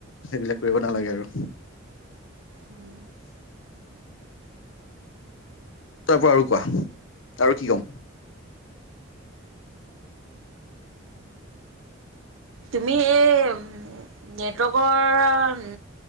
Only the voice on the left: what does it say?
সেইবিলাক কৰিব নালাগে আৰু।
তাৰ পৰা আৰু কোৱা আৰু কি ক'ম?